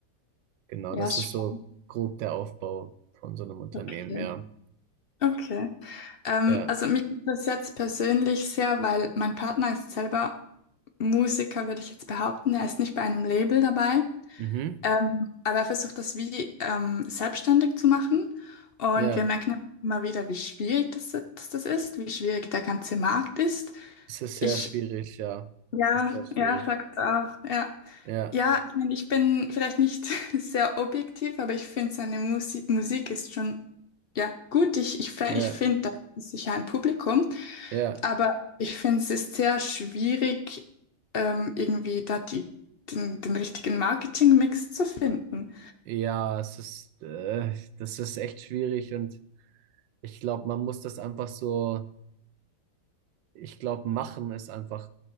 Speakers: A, on the right; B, on the left.
A: Genau,
B: ja,
A: das
B: spannend.
A: ist so grob der Aufbau von so einem Unternehmen,
B: Okay.
A: ja.
B: Okay. Ähm,
A: Ja,
B: also mich interessiert es persönlich sehr, weil mein Partner ist selber Musiker, würde ich jetzt behaupten. Er ist nicht bei einem Label dabei,
A: mhm.
B: ähm, aber er versucht das wie ähm, selbstständig zu machen. Und
A: Ja,
B: wir merken immer wieder, wie schwierig das, dass das ist, wie schwierig der ganze Markt ist.
A: es ist
B: Ich,
A: sehr schwierig, ja.
B: ja,
A: Es ist sehr schwierig.
B: ja, sagt auch, ja.
A: Ja,
B: Ja, ich meine, ich bin vielleicht nicht <laughs> sehr objektiv, aber ich finde, seine Musi Musik ist schon ja, gut. Ich, ich, fe-
A: ja,
B: ich finde, da ist sicher ein Publikum,
A: ja.
B: aber ich finde, es ist sehr schwierig, ähm, irgendwie da die, den, den richtigen Marketing-Mix zu finden.
A: Ja, es ist, äh, das ist echt schwierig und ich glaube, man muss das einfach so, ich glaube, machen ist einfach